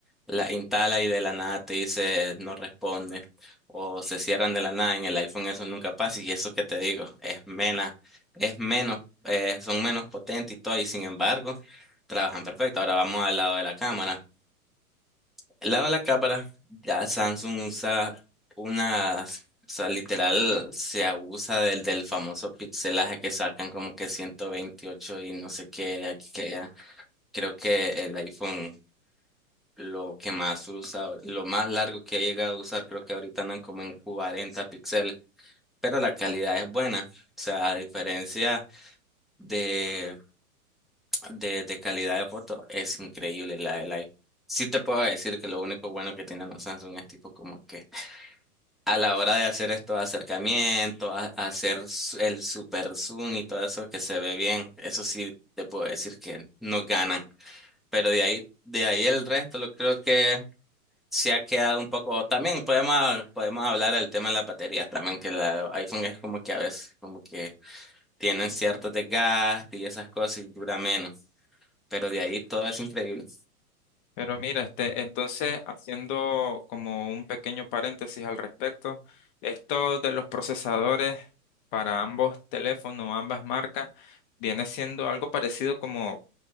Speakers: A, in the centre; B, on the left (about 35°).
A: la instala y de la nada te dice no responde o se cierran de la nada. En el iPhone eso nunca pasa y eso que te digo es menos, es menos, eh, son menos potentes y todo y sin embargo trabajan perfecto. Ahora vamos al lado de la cámara. El lado de la cámara, ya Samsung usa unas, o sea, literal se abusa del, del famoso pixelaje que sacan como que 128 y no sé qué aquí que allá. Creo que el iPhone lo que más usa, lo más largo que ha llegado a usar, creo que ahorita andan como en 40 píxeles, pero la calidad es buena. O sea, a diferencia de, de, de calidad de foto, es increíble la del iPhone. Sí te puedo decir que lo único bueno que tienen los Samsung es tipo como que a la hora de hacer estos acercamientos, a- a hacer s- el super zoom y todo eso que se ve bien, eso sí te puedo decir que no ganan. Pero de ahí, de ahí el resto lo creo que se ha quedado un poco. También podemos, podemos hablar del tema de las baterías también, que la iPhone es como que a veces como que tienen ciertos desgastes y esas cosas y dura menos. Pero de ahí todo es increíble.
B: Pero mira, este, entonces, haciendo como un pequeño paréntesis al respecto, esto de los procesadores para ambos teléfonos, ambas marcas, viene siendo algo parecido como,